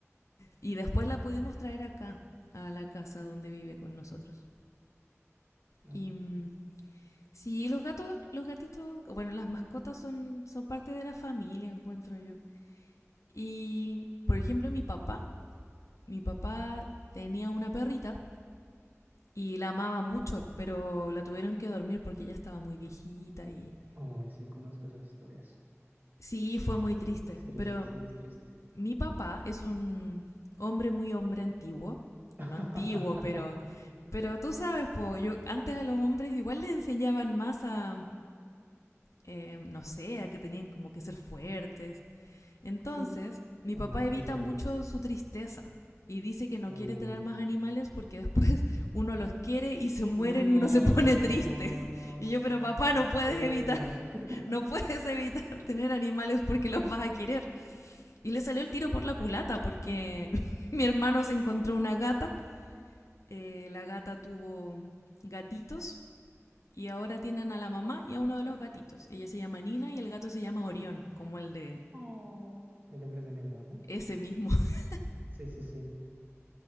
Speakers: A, on the left (about 85°); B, on the right (about 40°).
A: Y después la pudimos traer acá, a la casa donde vive con nosotros.
B: No.
A: Y mm, sí, los gatos, los gatitos, bueno, las mascotas son, son parte de la familia, encuentro yo. Y, por ejemplo, mi papá, mi papá tenía una perrita y la amaba mucho, pero la tuvieron que dormir porque ya estaba muy viejita y
B: Oh, sí, conozco esas historias.
A: Sí, fue muy triste.
B: Es triste,
A: Pero
B: sí, es triste.
A: mi papá es un hombre muy hombre antiguo.
B: <laughs>
A: O no antiguo, pero. Pero tú sabes, po, yo antes a los hombres igual le enseñaban más a. eh, no sé, a que tenían como que ser fuertes. Entonces,
B: Sí,
A: mi
B: una
A: papá
B: especie
A: evita mucho
B: de...
A: su tristeza. Y dice que no
B: Uh,
A: quiere tener más animales porque después <laughs> uno los quiere y se mueren
B: no,
A: y uno se pone triste. <laughs> Y yo,
B: no,
A: pero papá, no
B: qué
A: puedes
B: feo.
A: evitar, <laughs>
B: <laughs>
A: no puedes evitar tener animales porque los vas a querer. Y le salió el tiro por la culata porque <laughs> mi hermano se encontró una gata, eh, la gata tuvo gatitos y ahora tienen a la mamá y a uno de los gatitos. Ella se llama Nina y el gato se llama Orión, como el de
B: Oh, el de hombres de negro, ¿no?
A: ese mismo. <laughs>
B: Sí, sí, sí.